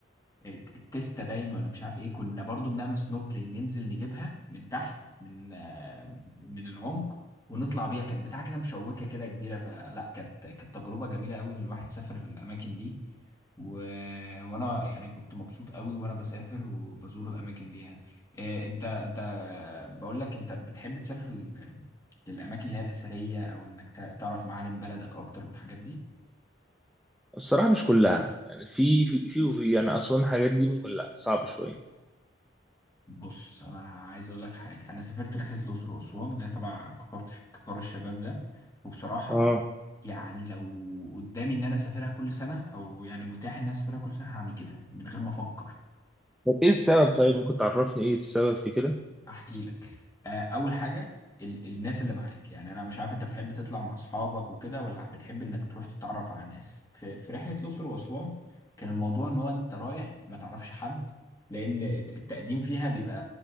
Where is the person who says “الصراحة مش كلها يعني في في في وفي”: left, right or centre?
Centre